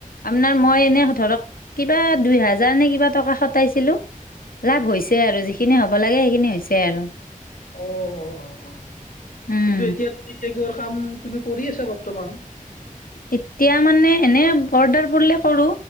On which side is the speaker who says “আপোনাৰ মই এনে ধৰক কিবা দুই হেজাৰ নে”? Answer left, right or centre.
Left